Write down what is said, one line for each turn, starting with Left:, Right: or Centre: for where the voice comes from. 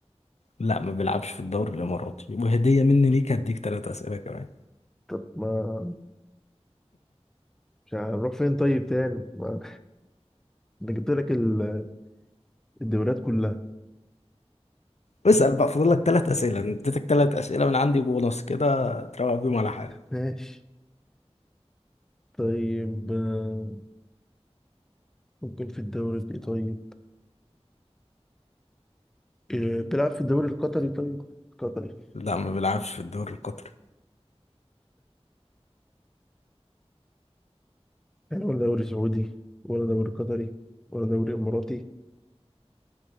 Left: لا ما بيلعبش في الدوري الاماراتي وهديه مني ليك هديك ثلاث اسئله كمان
Centre: طب ما مش هنروح فين طيب تاني ما انا جبت لك ال- الدوريات كلها
Left: اسال بقى فاضل لك ثلاث اسئله أنا اديتك ثلاث اسئله من عندي بونص كده تروق بيهم على حالك
Centre: ماشي طيب آه، ممكن في الدوري ايه طيب آه، بيلعب في الدوري القطري طيب قطري
Left: لا ما بيلعبش في الدوري القطري
Centre: يعني ولا دوري سعودي ولا دوري قطري ولا دوري اماراتي